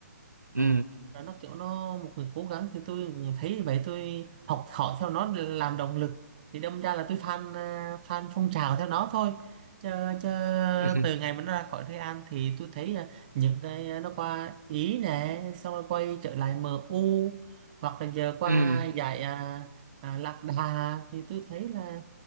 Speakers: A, on the right (about 30°); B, on the right (about 85°).
A: Ờ,
B: ừ
A: và nó kiểu nó một người cố gắng thì tôi thấy như vậy tôi học hỏi theo nó để làm động lực thì đâm ra là tôi fan à, fan phong trào theo nó thôi chứ, chứ
B: <laughs>
A: từ ngày mà nó ra khỏi Real An thì tôi thấy à, những cái à, nó qua Ý nè xong rồi quay trở lại MU hoặc là giờ qua
B: ừ
A: giải à, à, Lạc Đà thì tôi thấy là